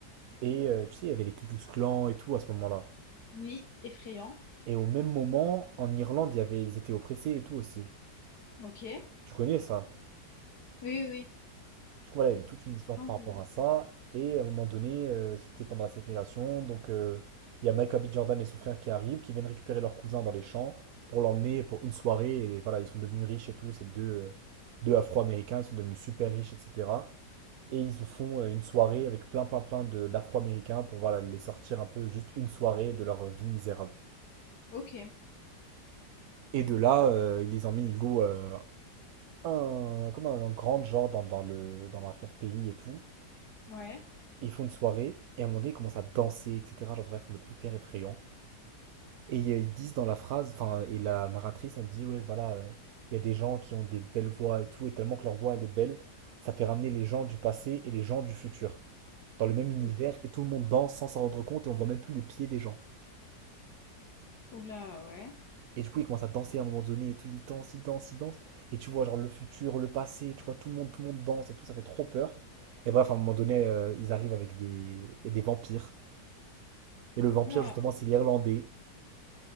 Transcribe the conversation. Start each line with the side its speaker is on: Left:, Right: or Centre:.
Right: Et euh, tu sais, il y avait les Ku Klux Klan et tout à ce moment-là.
Left: Oui, effrayant.
Right: Et au même moment, en Irlande, il y avait, ils étaient oppressés et tout aussi.
Left: Ok. Oui,
Right: Tu connais ça?
Left: oui, oui.
Right: Du coup, voilà, il y avait toute une histoire par
Left: Enduit.
Right: rapport à ça. Et à un moment donné, euh, c'était pendant la ségrégation. Donc, euh, il y a Michael B. Jordan et son frère qui arrivent, qui viennent récupérer leur cousin dans les champs pour l'emmener pour une soirée. Et voilà, ils sont devenus riches et tout. Ces deux, euh, deux Afro-Américains, ils sont devenus super riches, etc. Et ils se font euh, une soirée avec plein, plein, plein de- d'Afro-Américains pour voilà, les sortir un peu juste une soirée de leur vie misérable.
Left: Ok.
Right: Et de là, euh, ils les emmènent, ils louent euh, un, comme un, un grand genre dans, dans le, dans l'arrière-pays et tout.
Left: Ouais.
Right: Ils font une soirée, et à un moment donné, ils commencent à danser, etc. Genre, bref, en mode hyper effrayant. Et euh, ils disent dans la phrase, enfin, et la narratrice, elle dit, ouais, voilà, euh, il y a des gens qui ont des belles voix et tout, et tellement que leur voix, elle est belle, ça fait ramener les gens du passé et les gens du futur dans le même univers,
Left: Ou-
Right: et tout le monde danse sans s'en rendre compte, et on voit même plus les pieds des gens.
Left: Oula, ouais.
Right: Et du coup, ils commencent à danser à un moment donné, et tout, ils dansent, ils dansent, ils dansent, et tu vois, genre, le futur, le passé, tu vois, tout le monde, tout le monde danse, et tout, ça fait trop peur. Et bref, à un moment donné, euh, ils arrivent avec des, et des vampires. Et le vampire,
Left: Oula,
Right: justement, c'est l'Irlandais.